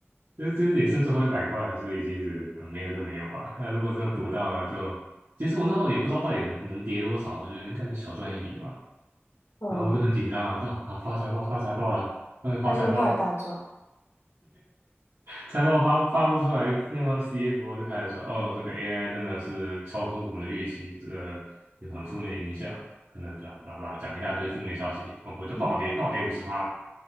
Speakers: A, on the right; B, on the left.
A: 这这也剩最后一百块了，所以其实、嗯、没有就没有吧。那如果真的赌到了就，其实我那时候也不知道到底能能跌多少，就觉得应该能小赚一笔吧。
B: <laughs> 嗯，
A: 然后我就很紧张啊，对吧？啊，发财报发财报了，终于发财报了，
B: 那就后来大赚，
A: 财报发发不出来，那么 CFO 就开始说，哦，这个 AI 真的是超出我们的预期，这个有很负面的影响，可能巴拉巴拉巴拉讲一大堆负面消息，然后我就暴跌暴跌五十趴，
B: 嗯，